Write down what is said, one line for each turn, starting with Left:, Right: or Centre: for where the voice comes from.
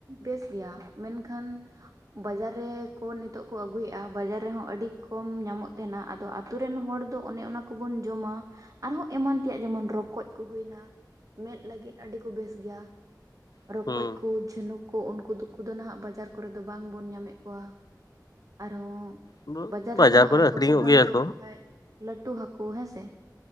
Right: ᱵᱮᱥ ᱜᱮᱭᱟ ᱢᱮᱱᱠᱷᱟᱱ ᱵᱟᱡᱟᱨ, ᱨᱮ ᱠᱚ ᱱᱤᱛᱚᱜ ᱠᱚ ᱟᱹᱜᱩᱭᱮᱜᱼᱟ ᱵᱟᱡᱟᱨ ᱨᱮᱦᱚᱸ ᱟᱹᱰᱤ ᱠᱚᱢ ᱧᱟᱢᱚᱜ ᱛᱟᱦᱮᱸᱱᱟ ᱟᱫᱚ ᱟᱛᱳ ᱨᱮᱱ ᱦᱚᱲ ᱫᱚ ᱚᱱᱮ ᱚᱱᱟ, ᱠᱚ ᱵᱚᱱ ᱡᱚᱢᱟ, ᱟᱨᱦᱚᱸ ᱮᱢᱟᱱ ᱛᱮᱭᱟᱜ ᱡᱮᱢᱚᱱ ᱨᱚᱠᱚᱡ ᱠᱚ ᱦᱩᱭᱱᱟ ᱢᱮᱸᱫᱽ ᱞᱟᱹᱜᱤᱫ ᱟᱹᱰᱤ ᱠᱚ ᱵᱮᱥ ᱜᱮᱭᱟ᱾
Left: ᱦᱩᱸ
Right: ᱨᱚᱠᱚᱡ ᱠᱚ ᱡᱷᱤᱱᱩᱠ ᱠᱚ ᱩᱱᱠᱩ ᱫᱚ ᱠᱚ ᱱᱟᱦᱟᱜ ᱵᱟᱡᱟᱨ ᱠᱚᱨᱮ ᱫᱚ ᱵᱟᱝ ᱵᱚᱱ ᱧᱟᱢᱮᱜ ᱠᱚᱣᱟ ᱟᱨᱦᱚᱸ,
Left: ᱦᱩᱸ
Right: ᱵᱟᱡᱟᱨ ᱨᱮᱫᱚ ᱱᱷᱟᱜ
Left: ᱠᱚᱨᱮ
Right: ᱦᱟᱹᱠᱩ
Left: ᱟᱠᱷᱨᱤᱧᱚᱜ
Right: ᱠᱚᱵᱚᱱ
Left: ᱜᱮᱭᱟ
Right: ᱡᱚᱢ
Left: ᱠᱚ
Right: ᱠᱷᱟᱡ ᱞᱟᱹᱴᱩ ᱦᱟᱹᱠᱩ ᱦᱮᱸᱥᱮ